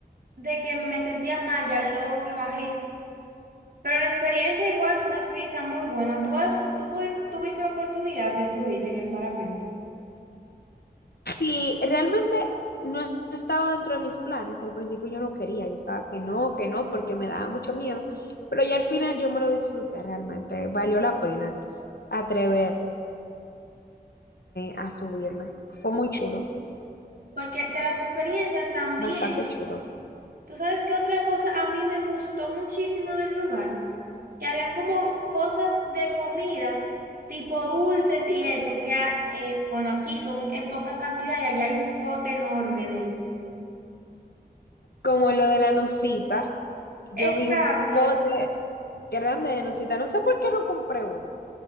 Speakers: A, on the right; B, on the left.
A: de que me sentía mal ya luego que bajé, pero la experiencia igual fue una experiencia muy buena, tú has, tú pu- tuviste la oportunidad de subirte en el parapente.
B: Sí, realmente no estaba dentro de mis planes. Al principio yo no quería, yo estaba que no, que no, porque me daba mucho miedo. Pero ya al final yo me lo disfruté realmente. Valió la pena atreverme. a subirme. Fue muy chulo,
A: Porque de las experiencias también,
B: bastante chulo.
A: tú sabes que otra cosa a mí me gustó muchísimo del lugar, que habían como cosas de comida, tipo dulces y eso, que a- eh, bueno, aquí son en poca cantidad y allá hay un pote enorme de eso.
B: Como lo de la nucita, yo
A: Exacto,
B: vi un pote grande de nucita. No sé por qué no compré uno.